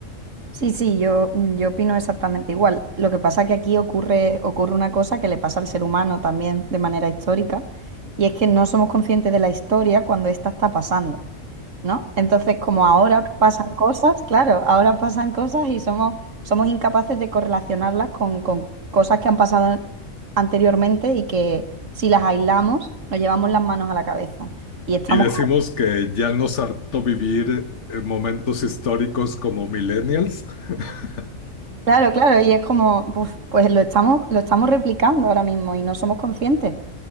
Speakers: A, on the right; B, on the left.
A: Sí, sí, yo, mm, yo opino exactamente igual. Lo que pasa es que aquí ocurre, ocurre una cosa que le pasa al ser humano también de manera histórica, y es que no somos conscientes de la historia cuando esta está pasando, ¿no? Entonces, como ahora pasan cosas, claro, ahora pasan cosas y somos, somos incapaces de correlacionarlas con, con cosas que han pasado anteriormente y que si las aislamos, nos llevamos las manos a la cabeza. Y estamos
B: Y decimos que ya nos hartó vivir eh, momentos históricos como millennials. <laughs>
A: Claro, claro, y es como, pues, pues lo estamos, lo estamos replicando ahora mismo y no somos conscientes.